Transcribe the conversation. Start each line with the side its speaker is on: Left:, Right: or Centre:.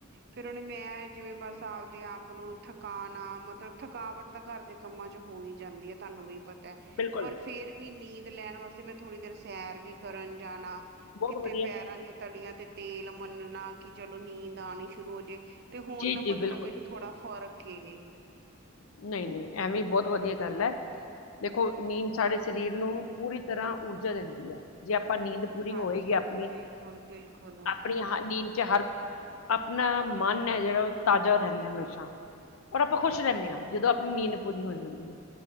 Right: ਫਿਰ ਉਹਨੇ ਮੈਂ ਜਿਵੇਂ ਬਸ ਆਪਦੇ ਆਪ ਨੂੰ ਥਕਾਣਾ ਮਤਲਬ ਥਕਾਵਟ ਤਾਂ ਕਰਦੇ ਕੰਮਾਂ ਚ ਹੋ ਹੀ ਜਾਂਦੀ ਹੈ ਤੁਹਾਨੂੰ ਵੀ ਪਤਾ
Left: ਬਿਲਕੁਲ
Right: ਪਰ ਫੇਰ ਵੀ ਨੀਂਦ ਲੈਣ ਵਾਸਤੇ ਮੈਂ ਥੋੜ੍ਹੀ ਦੇਰ ਸੈਰ ਵੀ ਕਰਨ ਜਾਣਾ
Left: ਬਹੁਤ
Right: ਕਿਥੇ
Left: ਵਧੀਆ
Right: ਪੈਰਾਂ ਦੀਆਂ ਤਲੀਆਂ ਤੇ ਤੇਲ ਮੰਨਣਾ ਕਿ ਚਲੋ ਨੀਂਦ ਆਉਣੀ ਸ਼ੁਰੂ ਹੋ ਜਾਏ ਤੇ ਹੁਣ
Left: ਜੀ ਜੀ
Right: ਮਤਲਬ
Left: ਬਿਲਕੁਲ
Right: ਮੈਨੂੰ ਥੋੜਾ ਫ਼ਰਕ ਏ
Left: ਨਹੀਂ ਨਹੀਂ ਐਵੇਂ ਬਹੁਤ ਵਧੀਆ ਗੱਲ ਹੈ। ਦੇਖੋ ਨੀਂਦ ਸਾਡੇ ਸਰੀਰ ਨੂੰ ਪੂਰੀ ਤਰ੍ਹਾਂ ਊਰਜਾ ਦਿੰਦੀ ਹੈ ਜੇ ਆਪਾਂ ਨੀਂਦ ਪੂਰੀ
Right: ਹਾਂਜੀ
Left: ਹੋਏਗੀ ਆਪਣੀ
Right: ਬਿਲਕੁਲ ਬਿਲਕੁਲ
Left: ਆਪਣੀ ਨੀਂਦ ਚ ਹਰ ਆਪਣਾ ਮਨ ਹੈ ਜਿਹੜਾ ਉਹ ਤਾਜ਼ਾ ਰਹਿੰਦਾ ਹਮੇਸ਼ਾ ਔਰ ਆਪਾਂ ਖੁਸ਼ ਰਹਿੰਦੇ ਹਾਂ ਜਦੋਂ ਆਪਣੀ ਨੀਂਦ ਪੂਰੀ ਹੋ ਜਾਂਦੀ ਹੈ